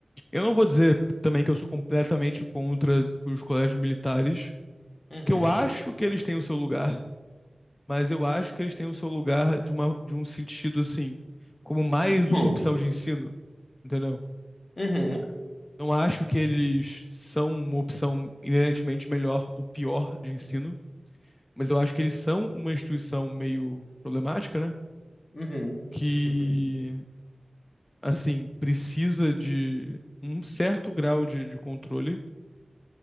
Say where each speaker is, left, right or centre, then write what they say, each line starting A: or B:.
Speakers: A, on the left; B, on the left.
A: Eu não vou dizer também que eu sou completamente contra os colégios militares,
B: Uhum.
A: que eu acho que eles têm o seu lugar, mas eu acho que eles têm o seu lugar de uma, de um sentido assim, como mais
B: Hum.
A: uma opção de ensino, entendeu?
B: Uhum.
A: Não acho que eles são uma opção inerentemente melhor ou pior de ensino, mas eu acho que eles são uma instituição meio problemática, né?
B: Uhum.
A: Que,
B: Uhum.
A: assim, precisa de um certo grau de, de controle